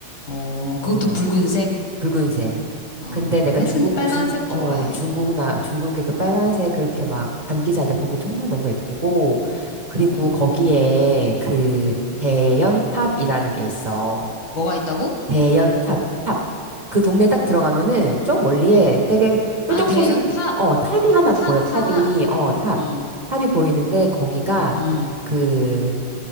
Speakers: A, on the left; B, on the right.
A: 어, 그것도
B: 어.
A: 붉은색?
B: 붉은색.
A: 어,
B: 근데 내가
A: 하여튼
B: 중국,
A: 빨간색
B: 중국,
A: 좋아해.
B: 어, 중국나, 중국의 그 빨간색 그렇게 막 반기자인데 거기 정말 너무 예쁘고, 그리고
A: 어,
B: 거기에 그 대연탑이라는 게 있어.
A: 뭐가 있다고?
B: 대연탑, 탑. 그 동네 딱 들어가면은 좀 멀리에 되게 뾰족
A: 아, 대연
B: 솟은,
A: 탑,
B: 어, 탑이 하나
A: 탑,
B: 보여. 탑이,
A: 탑, 음,
B: 어, 탑.
A: 음,
B: 탑이 보이는데 거기가
A: 음.
B: 그